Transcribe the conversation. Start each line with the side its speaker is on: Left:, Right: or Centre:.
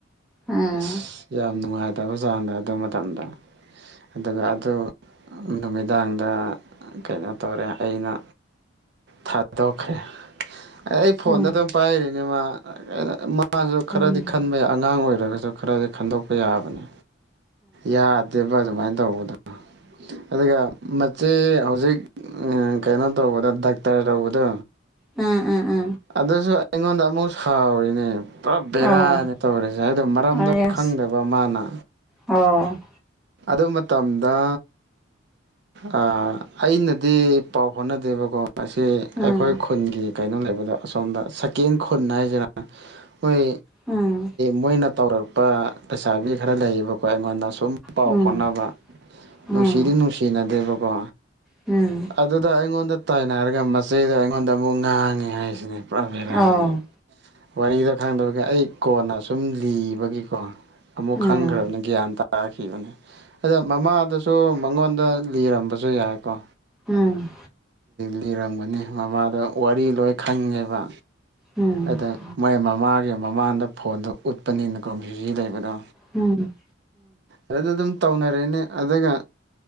Centre: ꯎꯝ
Right: ꯑꯁ ꯌꯥꯝ ꯅꯨꯡꯉꯥꯏꯇꯕ ꯆꯥꯡꯗ ꯑꯗꯨ ꯃꯇꯝꯗ ꯑꯗꯨꯒ ꯑꯗꯨ ꯅꯨꯃꯤꯗꯥꯡꯗ ꯀꯩꯅꯣ ꯇꯧꯔꯦ ꯑꯩꯅ ꯊꯥꯗꯈꯦ ꯑꯦ ꯑꯩ ꯐꯣꯟꯗ
Centre: ꯎꯝ
Right: ꯑꯗꯨꯝ ꯄꯥꯏꯔꯤꯅꯦ ꯃꯥ ꯃꯥꯁꯨ
Centre: ꯎꯝ ꯎꯝ
Right: ꯈꯔꯗꯤ ꯈꯟꯕ ꯌꯥ ꯑꯉꯥꯡ ꯑꯣꯏꯔꯒꯁꯨ ꯑꯗꯨ ꯈꯔꯗꯤ ꯈꯟꯗꯣꯛꯄ ꯌꯥꯕꯅꯦ ꯌꯥꯗꯦꯕ ꯑꯗꯨꯃꯥꯏꯅ ꯇꯧꯕꯗꯣ ꯑꯗꯨꯒ ꯃꯦ ꯍꯧꯖꯤꯛ ꯀꯩꯅꯣ ꯇꯧꯕꯗ ꯇꯔꯧꯕꯗꯣ
Centre: ꯎꯥ ꯎ ꯎ
Right: ꯑꯗꯨꯁꯨ ꯑꯩꯉꯣꯟꯗ ꯑꯃꯨꯛ ꯁꯥꯎꯔꯤꯅꯦ ꯄꯨꯂꯞ ꯕꯦꯔꯥꯅꯤ
Centre: ꯑꯣ
Right: ꯇꯧꯔꯤꯁꯦ ꯍꯥꯏꯗꯣ ꯃꯔꯝꯗꯣ
Centre: ꯑꯣ ꯌꯦꯁ
Right: ꯈꯪꯗꯕ ꯃꯥꯅ
Centre: ꯑꯣ
Right: ꯑꯗꯨ ꯃꯇꯝꯗ ꯑꯥ ꯑꯩꯅꯗꯤ ꯄꯥꯎ ꯍꯣꯠꯅꯗꯦꯕꯀꯣ ꯃꯁꯤ
Centre: ꯎꯝ
Right: ꯑꯩꯈꯣꯏ ꯈꯨꯟꯒꯤ ꯀꯩꯅꯣ ꯂꯩꯕꯗ ꯑꯁꯣꯝꯗ ꯁꯀꯦꯟ ꯈꯨꯟ ꯍꯥꯏꯁꯤꯔ ꯃꯣꯏ
Centre: ꯎꯝ
Right: ꯃꯣꯏꯅ ꯇꯧꯔꯛꯄ ꯂꯩꯩꯁꯥꯕꯤ ꯈꯔ ꯂꯩꯌꯦꯕꯀꯣ ꯑꯩꯉꯣꯟꯗꯨꯝ ꯁꯨꯝ ꯄꯥꯎ
Centre: ꯎꯝ
Right: ꯈꯣꯠꯅꯕ
Centre: ꯎꯝ
Right: ꯅꯨꯡꯁꯤꯗꯤ ꯅꯨꯡꯁꯤꯅꯗꯦꯕꯀꯣ
Centre: ꯎꯝ
Right: ꯑꯗꯨꯗ ꯑꯩꯉꯣꯟꯗ ꯇꯥꯏꯅꯔꯒ ꯃꯆꯩꯗ ꯑꯩꯉꯣꯟꯗ ꯑꯃꯨꯛ ꯉꯥꯡꯉꯤ ꯍꯥꯏꯁꯤꯅꯦ ꯄ꯭ꯔꯥꯚꯦꯔꯥꯅꯦ
Centre: ꯑꯣ ꯎꯝ
Right: ꯋꯥꯔꯤꯗ ꯈꯪꯗꯕꯒꯤ ꯑꯩ ꯀꯣꯟꯅ ꯁꯨꯝ ꯂꯤꯕꯒꯤꯀꯣ ꯑꯃꯨꯛ
Centre: ꯎꯝ ꯎꯝ
Right: ꯈꯪꯈ꯭ꯔꯕꯅꯤ ꯒ꯭ꯌꯥꯟ ꯇꯥꯈꯤꯕꯅꯦ ꯑꯗ ꯃꯃꯥꯗꯁꯨ ꯑꯗꯨ ꯃꯉꯣꯟꯗ ꯂꯤꯔꯝꯕꯁꯨ ꯌꯥꯏꯀꯣ
Centre: ꯎꯝ
Right: ꯂꯤꯔꯝꯒꯅꯤ ꯃꯃꯥꯗ ꯋꯥꯔꯤ ꯂꯣꯏ ꯈꯪꯉꯦꯕ
Centre: ꯎꯝ
Right: ꯑꯗ ꯃꯣꯏ ꯃꯃꯥꯒꯤ ꯃꯃꯥꯡꯗ ꯐꯣꯟꯗꯣ ꯎꯠꯄꯅꯤꯅ ꯀꯣꯁꯤꯖꯤ ꯂꯩꯕꯗꯣ
Centre: ꯎꯝ
Right: ꯑꯗꯨꯗ ꯑꯗꯨꯝ ꯇꯧꯅꯔꯛꯅꯤ ꯑꯗꯨꯒ